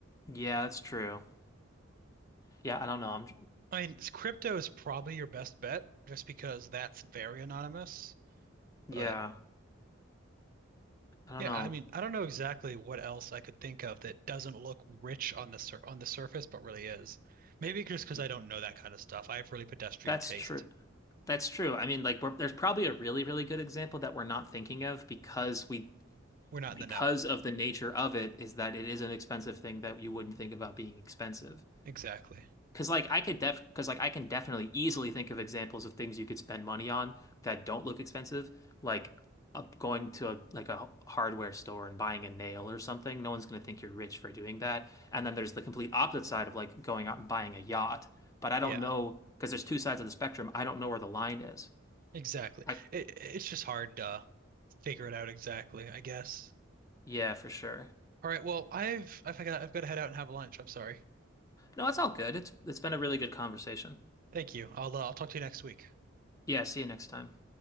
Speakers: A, on the left (about 15°); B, on the right (about 45°).
A: yeah that's true yeah I don't know I'm
B: I mean, s- crypto is probably your best bet just because that's very anonymous.
A: yeah
B: But
A: I don't
B: yeah,
A: know
B: I mean, I don't know exactly what else I could think of that doesn't look rich on the sur on the surface, but really is. Maybe just because
A: Y-
B: I don't know that kind of stuff. I have really pedestrian
A: that's
B: taste.
A: true that's true I mean like we're, there's probably a really really good example that we're not thinking of because we
B: We're not
A: because
B: in the know.
A: of the nature of it is that it is an expensive thing that you wouldn't think about being expensive
B: Exactly.
A: Cause like I could def, cause like I can definitely easily think of examples of things you could spend money on that don't look expensive, like uh, going to a like a hardware store and buying a nail or something. No one's gonna think you're rich for doing that. And then there's the complete opposite side of like going out and buying a yacht. But I
B: Yeah,
A: don't know, cause there's two sides of the spectrum. I don't know where the line is.
B: exactly.
A: I
B: It, it's just hard to figure it out exactly, I guess.
A: yeah, for sure.
B: All right, well, I've I've got I've got to head out and have lunch. I'm sorry.
A: No, it's all good. It's it's been a really good conversation.
B: Thank you. I'll uh, I'll talk to you next week.
A: Yeah, see you next time.